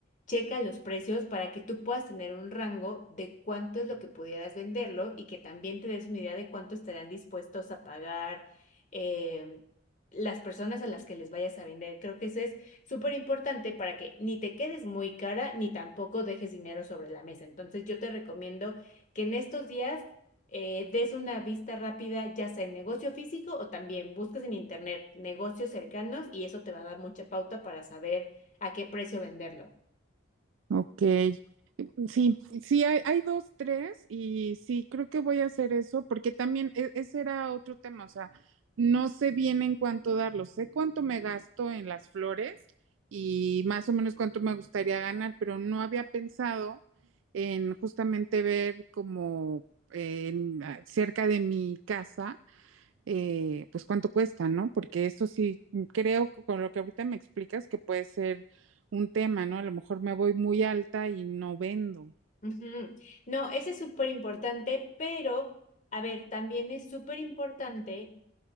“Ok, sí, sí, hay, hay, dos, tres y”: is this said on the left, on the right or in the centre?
Right